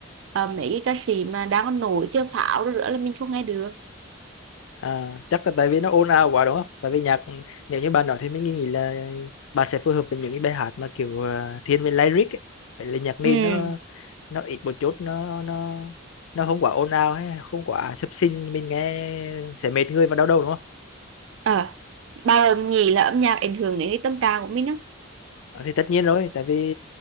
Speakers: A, on the right (about 60°); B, on the left (about 70°).
A: ờ, mấy cái ca sĩ mà đang còn nổi kia Pháo rồi nữa là mình không nghe được
B: À, chắc là tại vì nó ồn ào quá đúng không? Tại vì nhạc nếu như bạn nói thì mình nghĩ là bạn sẽ phù hợp với những cái bài hát mà kiểu ờ, thiên về lyric ấy. Phải là nhạc nền
A: ừ
B: nó nó ít một chút nó nó nó không quá ồn ào hay không quá sập sình mình nghe sẽ mệt người và đau đầu đúng không?
A: à, bà nghĩ là âm nhạc ảnh hưởng đến cái tâm trạng của mình không
B: Ờ, thì tất nhiên rồi tại vì